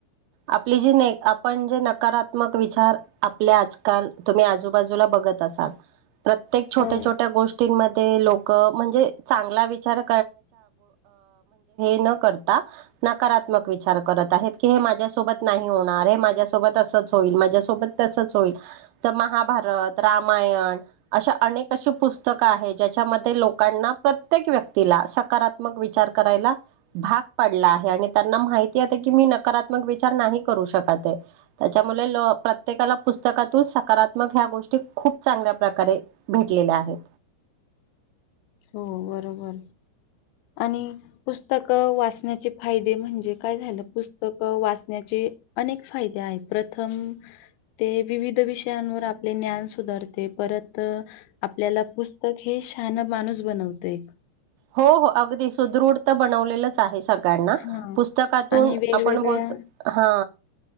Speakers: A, on the right; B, on the left.
A: आपली जी आपण जे नकारात्मक विचार आपले आजकाल तुम्ही आजूबाजूला बघत असाल प्रत्यक छोट्या
B: हो,
A: छोट्या गोष्टी लोक म्हणजे चांगला विचार न करता नकारात्म विचार करतात सोबत नाही होणार माझ्यासोबत असच होईल माझ्यासोबत तसच होईल तर महाभारत रामायण अशा अनेक अशी पुस्तकं आहे ज्याच्यामध्ये लोकांना प्रत्येक व्यक्तीला सकारात्मक विचार करायला भाग पाडला आहे आणि त्यांना माहिती येत की मी नकारात्मक विचार नाही करू शक त्याच्यामुळे प्रत्येकाला पुस्तकातून सकारात्मक ह्या गोष्टी खूप चांगल्या प्रकारे भेटलेल्या आहेत
B: हो बरोबर आणि पुस्तक वाचण्याचे फायदे म्हणजे काय झालं पुस्तक वाचण्याचे अनेक फायदे आहे प्रथम ते विविध विषयांवर आपले ज्ञान सुधारते परत आपल्याला पुस्तक हे शान मा माणूस बनवते एक
A: हो हो अगदी सुदृढ तर बनवलेलंच आहे सगळ्यांना
B: हां.
A: पुस्तकातून
B: आणि वेगवेगळ्या
A: आपण बो ह